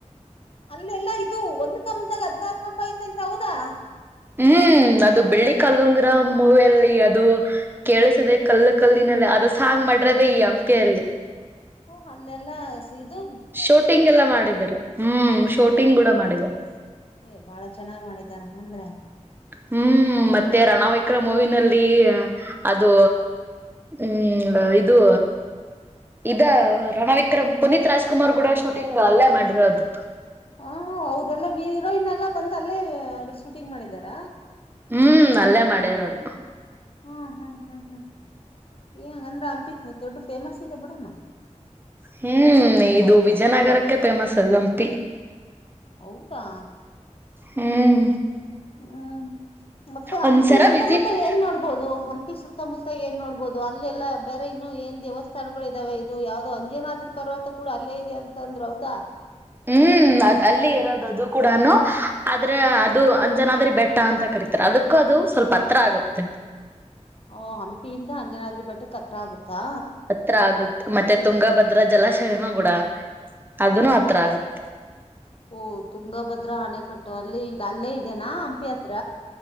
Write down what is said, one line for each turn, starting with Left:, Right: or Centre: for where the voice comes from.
Left: ಅಲ್ಲೆಲ್ಲಾ ಇದು ಒಂದ್ ಕಂದಾಗ ಹದ್ನಾರ ಕಂಬ ಐತೆಂತ ಹೌದಾ.
Right: ಹ್ಮ ಅದು ಬೆಳ್ಳಿ ಕಾಲುಂಗ್ರ ಮೂವಲ್ಲಿ ಅದು ಕೇಳಿಸಿದೆ ಕಲ್ಲು ಕಲ್ಲಿನಲ್ಲ ಅದ ಸಾಂಗ್ ಮಾಡರದೆ ಈ ಹಂಪಿಯಲ್ಲಿ
Left: ಓ ಅನ್ನೆಲ್ಲಾ ಸ ದು
Right: ಶೂಟಿಂಗ್ ಎಲ್ಲ ಮಾಡಿದ್ದಾರೆ ಹ್ಮ ಶೂಟಿಂಗ್ ಕೂಡ ಮಾಡಿದ್ದಾರೆ.
Left: ಏ ಬಾಳ ಚೆನ್ನಾಗ್ ಮಾಡಿದಾರಂಗಂದ್ರೆ
Right: ಹ್ಮ ಮತ್ತೆ ರಣ ವಿಕ್ರ ಮೂವಿನಲ್ಲಿ ಅದು ಹ್ಮ ಇದು ಇದ ರಣವಿಕ್ರಮ ಪುನೀತ್ ರಾಜ್ಕುಮಾರ ಗುಡ ಶೂಟಿಂಗ್ ಅಲ್ಲೇ ಮಾಡಿರೋದು.
Left: ಹ ಅವ್ರೆಲ್ಲ ವೀರ್ರೋ ಇನ್ನೆಲ್ಲಾ ಬಂತ ಅಲ್ಲೇ ಶೂಟಿಂಗ್ ಮಾಡಿದಾರ.
Right: ಹ್ಮ ಅಲ್ಲೇ ಮಾಡಿರೋದ
Left: ಹ್ಮ ಹ್ಮ ಹ್ಮ ಹ್ಮ ಏಂಗ ಅಂದ್ರ ಹಂಪಿ ದೊಡ್ಡ ಫೇಮಸ್ ಇದೆ ಬಿಡಮ್ಮ.
Right: ಹ್ಮ ಇದು ವಿಜಯನಗರಕ್ಕೆ ಫೇಮಸ್ ಅದ ಹಂಪಿ.
Left: ಹೌದಾ.
Right: ಹ್ಮ
Left: ಹ್ಮ ಮತ್ತ
Right: ಒಂದ್ಸರ
Left: ಹಂಪಿ ಸುತ್ತಮುತ್ತ
Right: ವಿಸಿಟ್
Left: ಏನ್ ನೋಡ ಬದು ಹಂಪಿ ಸುತ್ತಮುತ್ತ ಏನ್ ನೋಡ್ಬದು ಅಲ್ಲೆಲ್ಲಾ ಬೇರೆ ಇನ್ನು ಏನ್ ದೇವಸ್ಥಾನಗಳು ಇದಾವೆ. ಇದು ಯಾವ್ದೋ ಅಂಜನಾದ್ರಿ ಪರ್ವತ ಕೂಡ ಅಲ್ಲೇ ಇದೆ ಅಂತ ಅಂದ್ರ ಹೌದಾ.
Right: ಹ್ಮ ಅದ ಅಲ್ಲಿ ಇರೋದ ಅದು ಕೂಡ ಆದ್ರ ಅದು ಅಂಜನಾದ್ರ ಬೆಟ್ಟ ಅಂತ ಕರೀತಾರೆ ಅದಕ್ಕೂ ಅದು ಸ್ವಲ್ಪ ಹತ್ರ ಆಗುತ್ತೆ.
Left: ಓ ಹಂಪಿಯಿಂದ ಅಂಜನಾದ್ರಿ ಬೆಟ್ಟಕ ಹತ್ರ ಆಗತ್ತಾ.
Right: ಹತ್ರ ಆಗುತ್ತ ಮತ್ತೆ ತುಂಗಭದ್ರಾ ಜಲಾಶಯನೂ ಕೂಡ ಅದನು ಹತ್ರ ಆಗುತ್ತ.
Left: ಓ ತುಂಗಭದ್ರ ಆಣೆಕಟ್ಟು ಅಲ್ಲಿ ಅಲ್ಲೇ ಇದೆೇನಾ ಹಂಪಿ ಹತ್ರ